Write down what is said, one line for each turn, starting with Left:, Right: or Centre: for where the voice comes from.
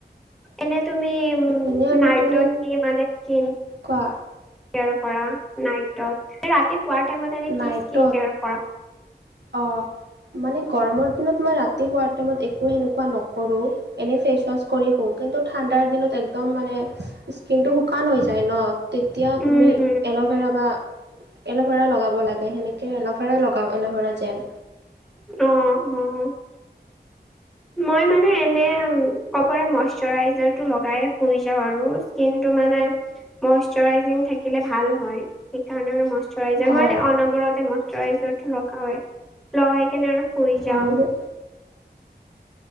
Centre: এনে তুমি উ
Right: এনে আৰু
Centre: নাইটত
Right: তুমি
Centre: কি মান স্কিন
Right: কোৱা
Centre: কেয়াৰ কৰা নাইটত, ৰাতি শুৱাৰ টাইমত এনে কি
Right: নাইটত
Centre: স্কিন কেয়াৰ কৰা?
Right: অ' মানে গৰমৰ দিনত মই ৰাতি শোৱাৰ টাইমত একো সেনেকুৱা নকৰোঁ। এনেই ফেচ ৱাছ কৰি শো, কিন্তু ঠাণ্ডাৰ দিনত একদম মানে স্কিনটো শুকান হৈ যায় ন'। তেতিয়া
Centre: উম
Right: তুমি
Centre: উম
Right: এল'ভেৰা বা এল'ভেৰা লগাব লাগে সেনেকৈ। এতিয়া এল'ভেৰাই লগাওঁ এল'ভেৰা জেল।
Centre: অ', অ',। মই মানে এনে ক'বৰে <unintelligible> ময়েশ্চাৰাইজাৰ লগাইয়ে শুই যাওঁ আৰু স্কিন টো মানে ময়েশ্চাৰাইজিং থাকিলে ভাল হয়, সেইকাৰণে মানে শ্চাৰইজাৰ মই
Right: অঁ
Centre: অনবৰতে ময়েশ্চাৰাইজাৰ টো লগওে, লগাই কেনে আৰু শুই যাওঁ।
Right: অঁ মোৰ
Centre: <inaudible>